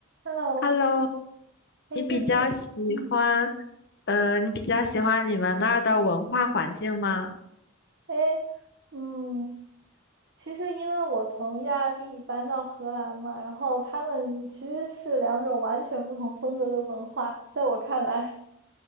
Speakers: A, on the right; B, on the left.
A: Hello，
B: Hello，
A: 哎，
B: 你比较喜欢，
A: 就是，嗯，
B: 呃，你比较喜欢你们那儿的文化环境吗？
A: 哎，嗯，其实因为我从意大利搬到荷兰嘛，然后他们其实是两种完全不同风格的文化，在我看来，